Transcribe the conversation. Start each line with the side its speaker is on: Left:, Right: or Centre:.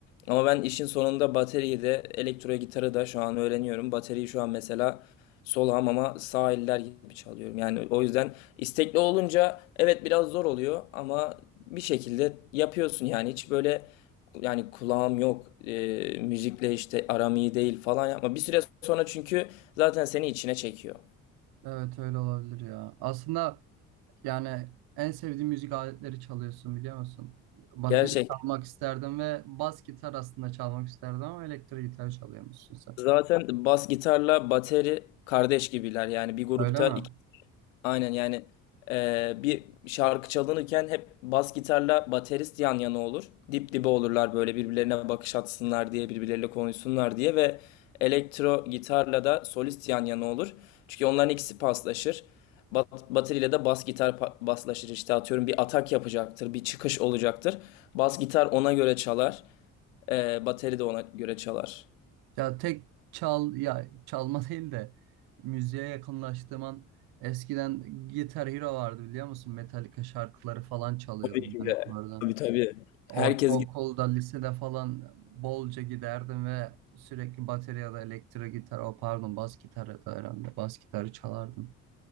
Left: Ama ben işin sonunda bateriyi de elektro gitarı da şu an öğreniyorum. Bateriyi şu an mesela Sol hamama sağ eller gibi çalıyorum. Yani o yüzden istekli olunca evet biraz zor oluyor ama bir şekilde yapıyorsun yani hiç böyle yani kulağım yok e, müzikle işte aram iyi değil falan yapma. Bir süre sonra çünkü zaten seni içine çekiyor.
Right: Evet öyle olabilir ya. Aslında Yani en sevdiğim müzik aletleri çalıyorsun biliyor musun? Bateri
Left: Gerçek.
Right: çalmak isterdim ve bas gitar aslında çalmak isterdim ama elektrik gitar çalıyormuşsun sen.
Left: Zaten bas gitarla bateri kardeş gibiler yani bir grupta
Right: Öyle mi?
Left: Aynen yani eee, bir şarkı çalınırken hep bas gitarla baterist yan yana olur. Dip dibe olurlar böyle birbirlerine bakış atsınlar diye birbirleriyle konuşsunlar diye ve elektro gitarla da solist yan yana olur. Çünkü onların ikisi paslaşır. Bat bateriyle de bas gitar pa- paslaşır işte atıyorum bir atak yapacaktır bir çıkış olacaktır. Bas gitar ona göre çalar. Eee bateri de ona göre çalar.
Right: Ya tek çal ya çalma <laughs> değil de müziğe yakınlaştığım an eskiden Guitar Hero vardı biliyor musun? Metallica şarkıları falan çalıyordum
Left: Tabii ki
Right: ben
Left: de.
Right: hep orada.
Left: Tabii tabii.
Right: Ortaokulda,
Left: Herkes
Right: lisede falan bolca giderdim ve sürekli bateri ya da elektro gitar, o pardon bas gitar ya da herhalde bas gitarı çalardım.